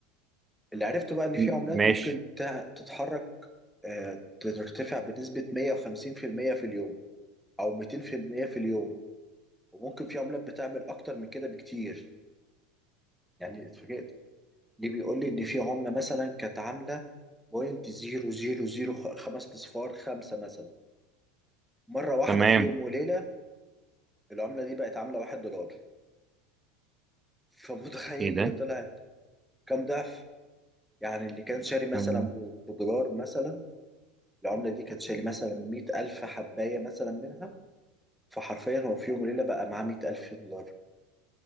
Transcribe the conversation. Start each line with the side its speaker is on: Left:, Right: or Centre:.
Centre: اللي عرفته بقى إن
Right: م-
Centre: في عملات
Right: ماشي
Centre: ممكن تع- تتحرك آه، ترتفع بنسبة 150% في المية في اليوم أو 200% في المية في اليوم وممكن في عملات بتعمل أكتر من كده بكتير يعني اتفاجئت ليه بيقول لي إن في عملة مثلا كانت عاملة بوينت زيرو زيرو زيرو خمس أصفار خمسة مثلا مرة واحدة
Right: تمام
Centre: في يوم وليلة العملة دي بقت عاملة واحد دولار <laughs> فمتخيل
Right: إيه ده؟
Centre: هي طلعت كام ضعف يعني اللي كان شاري مثلا
Right: أم،
Centre: ب- بدولار مثلا العملة دي كانت شاري مثلا مية ألف حباية مثلا منها فحرفيا هو في يوم وليلة بقى معاه مية ألف دولار